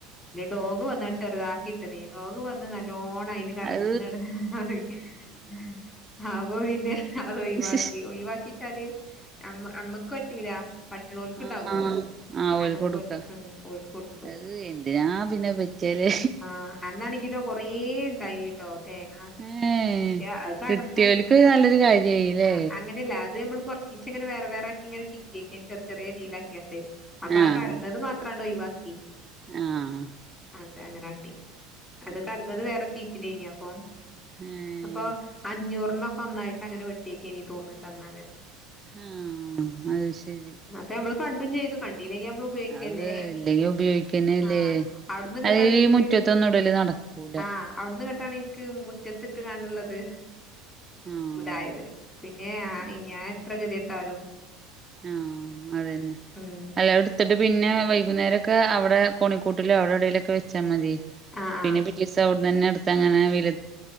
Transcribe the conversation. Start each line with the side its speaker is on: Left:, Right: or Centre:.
Left: ഡോഗ് വന്നാണ്ട് ചെറുതാക്കിയിട്ട് ദേ ഡോഗ് വന്ന് നല്ലോ ഓണ അയിൽ കടന്നന്
Right: ആഹ്
Left: <unintelligible> അ അപ്പൊ പിന്നെ അത് ഒയ്‌വാക്കി
Right: അഹ്
Left: ഒഴിവാക്കി ച്ചരി അമ്മ അമ്മക്കറ്റൂല പറ്റുള്ളോൽക് ഉണ്ടാവൊല്ലോ
Right: ആഹ് ആഹ് ഓല്
Left: അങ്ങനത്തോല്
Right: കൊടുക്കാ
Left: മ്മ് ഓല്ക്കൊട്ത്തു
Right: അത് എന്തിനാ പിന്നെ പറ്റിയാല്
Left: മ്മ് ആഹ് അന്നാണെങ്കിലോ കൊറെേ ഉണ്ടായിട്ടോ തേങ്ങ
Right: ഏഹ്
Left: പക്ഷെ അത് കടന്ന്
Right: കിട്ടിയോൽക്ക് നല്ലൊരു കാര്യയില്ലേ
Left: ആഹ് അങ്ങനെയല്ല അത് നമ്മൾറച്ച ചീച്ച അങ്ങന വേറെ വേറെക്കെ ഇങ്ങെ ചുറ്റിക്കെ ചെറ ചെറിയ രീയിലക്കിയാണ്ട് അപ്പൊ
Right: ആഹ്
Left: ആ കടന്നത് മാത്രണ്ടോ ഒഴിവാക്കി
Right: ആഹ്
Left: അത അങ്ങനെണ്ടി അത് കടന്നത് വേറെ <unintelligible>
Right: ഏഹ്
Left: അപ്പൊ അഞ്ഞൂർ നന്നായിട്ട് അങ്ങനെ വെട്ടിയേക്ക് എനി തോന്നിണ്ട്ട്ടന്ന
Right: ആഹ അത് ശരി
Left: അപ്പൊ നമ്മള് കണ്ടും ചെയ്തു കണ്ടു വയിലേക്ക് നമ്മള് ഉപയോഗിക്കല്ലേ
Right: അത് ഇല്ലെങ്കി ഉപയോഗിക്കന്നെല്ലേ
Left: ആഹ അവിടന്നും കേട്ടാണ്
Right: അല്ലെങ്കില്
Left: എനിക്ക്
Right: ഈ മുറ്റത്തൊന്നും ഇടല് നടക്കൂല
Left: ആഹ് അവിടന്ന് കേട്ടാണ് എനിക്ക് മുറ്റത്തിട്ട് കണുള്ളത്
Right: ആഹ്
Left: ഇതായത് പിന്നെ ഞാൻ എത്ര ഗതി ട്ടാലും
Right: ആഹ അത തന്നെ
Left: ഉം
Right: അല്ല എടുത്തിട്ട് പിന്നെ വൈകുന്നേരൊക്കെ അവിടെ കോണിക്കോ കൂട്ട അവിടെ എവിടേലൊക്കെ വെച്ചാ മതി
Left: ആഹ് ആഹ്
Right: പിന്നെ പിറ്റിസ് അവിടെന്ന്ന്നെടുത്ത് അങ്ങനെ വ